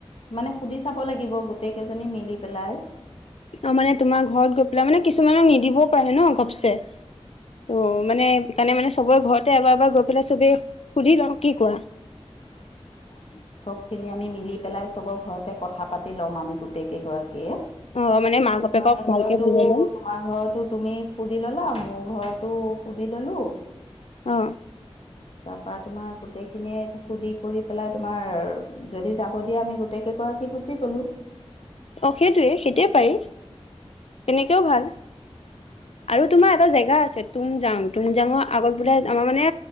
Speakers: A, on the left; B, on the left.
A: মানে সুধি চাব লাগিব গোটেই কেইজনী মিলি পেলাই।
B: অ মানে তোমাৰ ঘৰত গৈ পেলাই মানে কিছুমানক নিদিবও পাৰে ন গপচে ত' মানে সেইকাৰণে মানে চবৰে ঘৰতে এবাৰ এবাৰ গৈ পেলাই চবে সুধি লওঁ কি কোৱা?
A: <inaudible> চব খিনি আমি মিলি পেলাই চবৰ ঘৰতে কথা পাতি লম আমি গোটেই কেইগৰাকী
B: অ মানে মাক বাপেকক
A: তোমাৰ
B: ভালকে
A: ঘৰতো
B: বুজাই ল'ম
A: তোমাৰ ঘৰতো তুমি সুধি ললা, মোৰ ঘৰটো সুধি ল'লোঁ,
B: অ
A: তাৰপৰা তোমাৰ গোটেইখিনিয়ে সুধি কৰি পেলাই তোমাৰ যদি যাব দিয়া আমি গোটেইকেইগৰাকী গুচি গ'লোঁ।
B: অ সেইটোৱেই সেইটোৱেই পাৰি তেনেকেও ভাল,
A: হয়
B: আৰু তোমাৰ এটা জেগা আছে তুমজাং তুমজাংৰ আগত বোলে আমাৰ মানে